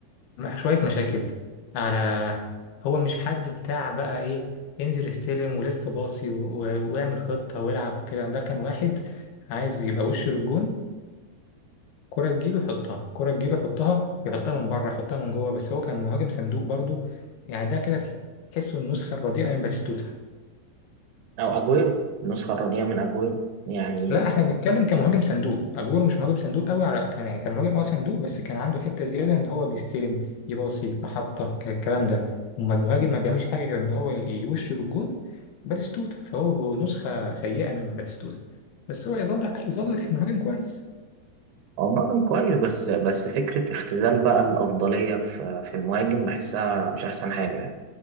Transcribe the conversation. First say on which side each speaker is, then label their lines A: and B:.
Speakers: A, on the left; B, on the right.
A: شوية مشاكل على هو مش حد بتاع بقى إيه انزل استلم ولف باصي و- و- واعمل خطة والعب كده ده كان واحد عايز يبقى وش للجون كرة تجيله يحطها كرة تجيله يحطها يحطها من بره يحطها من جوه بس هو كان مهاجم صندوق برضو يعني ده كده تحسه النسخة الرديئة من باتيستوتا
B: او اجويرو النسخه الرديئه من اجويرو يعني
A: لا احنا بنتكلم كمهاجم صندوق اجويرو مش مهاجم صندوق قوي على كان يعني كان مهاجم اه صندوق بس كان عنده حته زياده ان هو بيستلم يباصي محطه ك- الكلام ده اما المهاجم ما بيعملش حاجه غير ان هو يوش الجون باتيستوتا فهو نسخه سيئه من باتيستوتا بس هو يظل يظل مهاجم كويس
B: هو مهاجم كويس بس بس فكره اختزال بقى الافضليه في في المهاجم بحسها مش احسن حاجه يعني